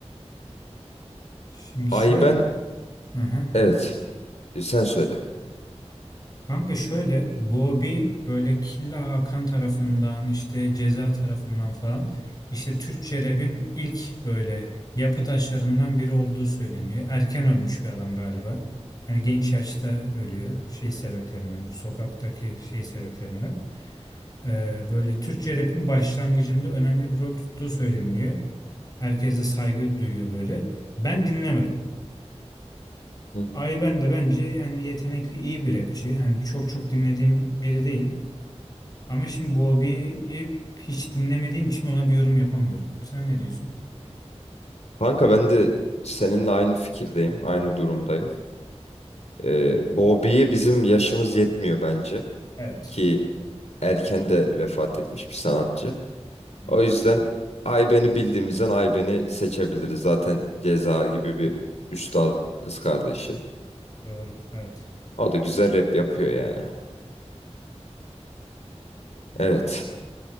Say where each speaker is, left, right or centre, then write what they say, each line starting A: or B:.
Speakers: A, on the left; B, on the left.
A: Şimdi
B: Ay
A: şöyle.
B: ben
A: Hı hı.
B: evet e, sen söyle.
A: Kanka şöyle Bobby böyle Killa Hakan tarafından işte Ceza tarafından falan işte Türkçe rap'in ilk böyle yapı taşlarından biri olduğu söyleniyor. Erken ölmüş bir adam galiba. Hani genç yaşta ölüyor şey sebeplerinden bu sokaktaki şey sebeplerinden. Ee, böyle Türkçe rap'in başlangıcında önemli bir rol tuttuğu söyleniyor. Herkes de saygı duyuyor böyle. Ben dinlemedim.
B: Hı hı.
A: Ayben de bence yani yetenekli iyi bir rapçi. Hani çok çok dinlediğim biri değil. Ama şimdi Bobby'yi hiç dinlemediğim için ona bir yorum yapamıyorum. Sen ne diyorsun?
B: Kanka ben de seninle aynı fikirdeyim, aynı durumdayım. Ee, Bobby'ye bizim yaşımız yetmiyor bence
A: Evet.
B: ki
A: Doğru.
B: erken de vefat etmiş bir sanatçı.
A: Hı,
B: O yüzden Ayben'i bildiğimizden Ayben'i seçebiliriz. Zaten Ceza gibi bir üstadın kız kardeşi.
A: Doğru. Evet.
B: O da güzel rap yapıyor yani. Evet.